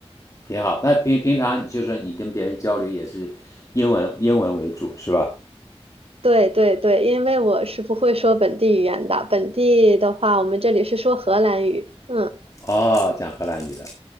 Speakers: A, on the left; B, on the right.
A: 挺好。那平平常就是你跟别人交流也是英文英文为主是吧？
B: 对对对，因为我是不会说本地语言的，本地的话，我们这里是说荷兰语。嗯。
A: 哦，讲荷兰语的，